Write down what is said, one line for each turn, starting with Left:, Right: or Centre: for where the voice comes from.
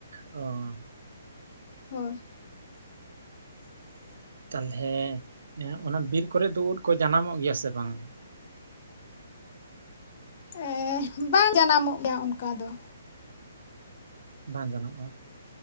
Right: ᱚᱻ
Left: ᱦᱳᱭ, <inaudible>
Right: ᱛᱟᱞᱦᱮ ᱚᱱᱟ ᱵᱤᱨ ᱠᱚᱨᱮ ᱫᱚ ᱩᱫ ᱠᱚ ᱡᱟᱱᱟᱢᱚᱜ ᱜᱮᱭᱟ ᱥᱮ ᱵᱟᱝ?
Left: ᱮᱸᱻ ᱵᱟᱝ ᱡᱟᱱᱟᱢᱚᱜ ᱜᱮᱭᱟ ᱚᱱᱠᱟ ᱫᱚ᱾
Right: ᱵᱟᱝ ᱡᱟᱱᱟᱢᱚᱜᱼᱟ